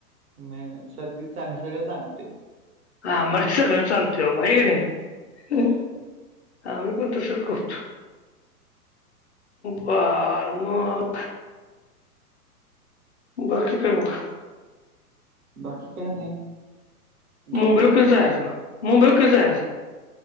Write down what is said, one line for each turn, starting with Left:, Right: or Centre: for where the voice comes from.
Right: नाही नाही सगध चांग सगळं चांगतय.
Left: हा मग सगळं चालतय बाबा, हाय का नाही.
Right: होय.
Left: आम्ही पण तसच करतो, बार मग बाकी काय मग?
Right: बाकी काय नाही. बघूया
Left: मुंबईला
Right: आता.
Left: कधी जायाचा, मुंबई ला कधी जायाचा?